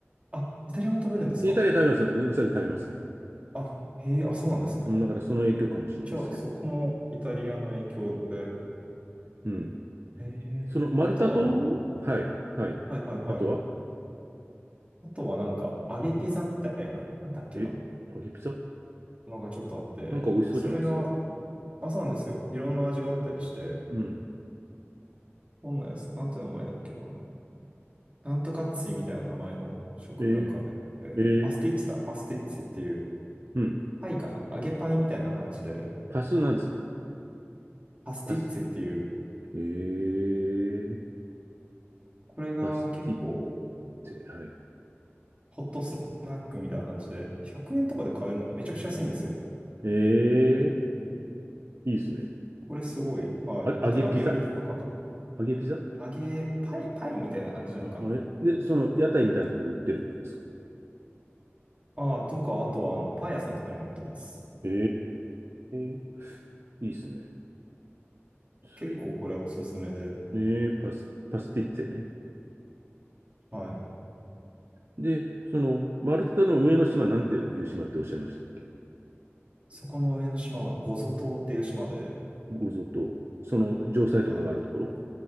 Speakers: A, on the right; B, on the right.
A: あ、イタリアも食べるんですか
B: イタリア食べます。うウサギ食べますね。
A: あ、へえ、あ、そうなんですね。
B: うん、だからその影響かもしれないですけど。
A: じゃあ、そこもイタリアの影響で。
B: うん。
A: えー、
B: その丸太と、
A: あとはあの、
B: はい、はい。
A: はいはいはい。
B: あとは
A: あとはなんか、揚げピザみたいな、なんだっけな、
B: え、揚げピザ
A: のがちょっとあって、
B: なんか美味しそうじゃないですか。
A: それが、あ、そうなんですよ。いろんな味があったりして、
B: うん。
A: どんなやつ、なんて名前だっけな。なんとかっついみたいな名前の食文化で、
B: えー、えー、
A: パスティッツだ、パスティッツっていう、
B: うん。
A: パイかな、揚げパイみたいな感じで、
B: パスなんですか
A: パスティッツっていう、
B: パス。えー、
A: これが結構、
B: パスティッツェ、はい。
A: ホットスナックみたいな感じで、100円とかで買えるのか、めちゃくちゃ安いんですよ。
B: えー、いいですね。
A: これすごい。はい。
B: あ、
A: あと、
B: 揚げピザ
A: ラビオリとかか。
B: 揚げピザ
A: 揚げパイ、パイみたいな感じなのかな。
B: え、で、その屋台みたいなところで売ってるんですか
A: ああ、とか、あとは、あの、パン屋さんとかにも売ってます。
B: ええいいっすね。
A: 結構これおすすめで、
B: スイ、んねえ、パス、パスティッツェね。
A: はい。
B: で、その、マルタの上の島なんていう島っておっしゃいましたっけ
A: そこの上の島は、ゴゾ島っていう島で、
B: ゴゾと、その城塞とかがあるところ
A: はい。